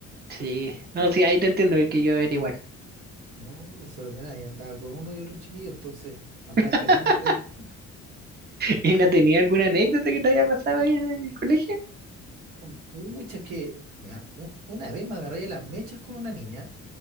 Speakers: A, on the right (about 35°); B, on the right (about 80°).
A: Sí, no, sí, ahí te entiendo que yo era igual.
B: no, desordenada, y andaba con uno y otro chiquillo, entonces andaba
A: <laughs>
B: escapando por ahí.
A: ¿Y no tenía alguna anécdota que te haya pasado ahí en el colegio?
B: Mm, Pucha, es que mira, u- una vez me agarré de las mechas con una niña.